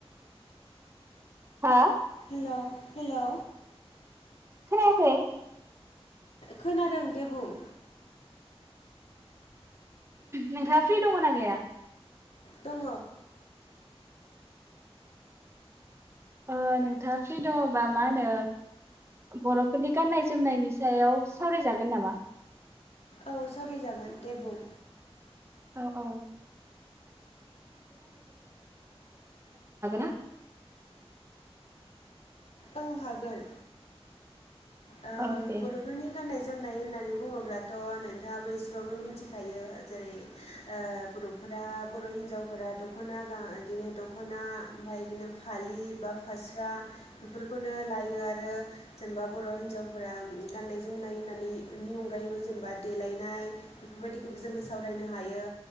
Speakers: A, on the right; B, on the left.
A: हा?
B: हेल' हेल'।
A: खोनायाखै?
B: खोनादों दे बुं।
A: नोंथाङा फ्रि दङना गैया?
B: दङ।
A: ओ नोंथाङा फ्रि दङबा मा होनो बर'फोरनि गाननाय जोमनायनि सायाव सावरायजागोन नामा?
B: औ सावरायजागोन दे बुं।
A: औ औ <unintelligible>
B: औ हागोन। ओ
A: औ दे
B: बर' फोरनि गाननाय जोमनाय होननानै बुङोब्लाथ' नोंथाङाबो एसेबाबो मिथिखायो जेरै ओ बर'फोरा बर' हिनजावफोरा दख'ना गा बिदिनो दख'ना ओमफाय बिदिनो फालि बा फास्रा बेफोरखौनो लायो आरो जेनेबा बर' हिन्जावफोरा गाननाय जोमनाय होननानै इनि अनगायैबो जेनेबा देलायनाय बेफोरबायदिखौबो जोङो सावरायनो हायो